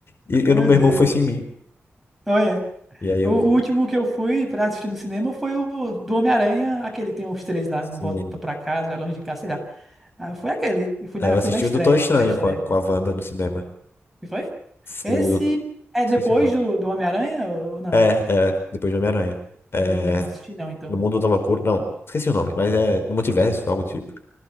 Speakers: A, on the left (about 60°); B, in the centre.
A: E
B: Meu
A: eu, meu
B: Deus.
A: irmão foi sem mim.
B: Olha.
A: E aí
B: O
A: eu.
B: o último que eu fui pra assistir no cinema foi o do Homem-Aranha, aquele que tem os três lá,
A: Sim.
B: Não Volta Pra Casa, É Longe de Casa, sei lá. Ah, foi aquele. Eu fui
A: Aí
B: na,
A: Eu assisti
B: fui na estreia,
A: o Doutor Estranho
B: na pré-estreia.
A: com a, com a Wanda no cinema.
B: E foi? Esse
A: O, Dou-
B: é depois
A: esqueci o nome.
B: do, do Homem-Aranha ou não?
A: É, é, depois de Homem-Aranha. É,
B: E não assisti não, então.
A: no Mundo da Loucura. Não, esqueci o nome, mas é no multiverso, algo do tipo.